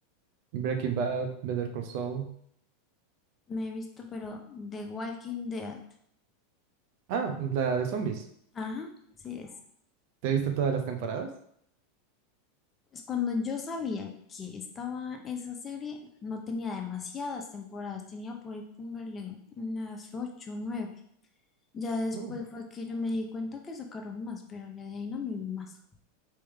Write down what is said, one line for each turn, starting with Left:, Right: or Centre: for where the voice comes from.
Right: Breaking Bad, Better Call Saul.
Left: me he visto, pero The Walking Dead.
Right: Ah, la de zombies.
Left: Ajá, sí es.
Right: ¿Te viste todas las temporadas?
Left: Pues cuando yo sabía que estaba esa serie, no tenía demasiadas temporadas, tenía por ahí, póngale, unas ocho, o nueve. Ya después
Right: Uh,
Left: fue que yo me di cuenta que sacaron más, pero ya de ahí no me vi más.